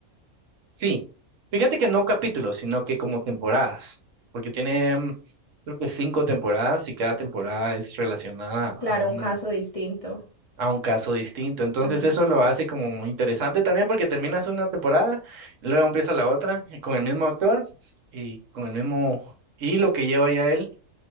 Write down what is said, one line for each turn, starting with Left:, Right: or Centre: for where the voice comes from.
Right: Sí, fíjate que no capítulos, sino que como temporadas, porque tiene mm, creo que cinco temporadas y cada temporada es relacionada a
Left: Claro,
Right: un,
Left: un caso distinto.
Right: a un caso distinto. Entonces
Left: Mm,
Right: eso lo hace como muy interesante también porque terminas una temporada, luego empieza la otra eh, con el mismo actor y con el mismo hilo que lleva ya él